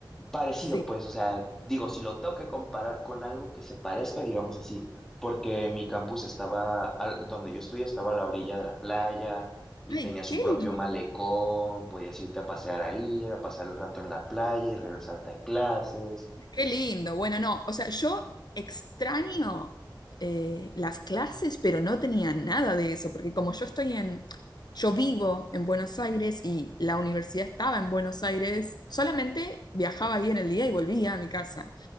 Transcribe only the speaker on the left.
sí
Ay,
qué,
li-
qué lindo. Bueno, no, o sea, yo extraño eh, las clases, pero no tenía nada de eso, porque como yo estoy en, yo vivo en Buenos Aires y la universidad estaba en Buenos Aires, solamente viajaba ahí en el día y volvía a mi casa.